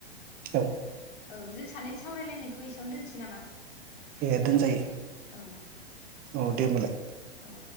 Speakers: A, on the right; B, on the left.
A: औ
B: औ जों सानैनि सावरायलायनायखौ एसेयावनो दोनसै नामा?
A: बे दोनजायो
B: औ
A: औ दे होनबालाय।
B: औ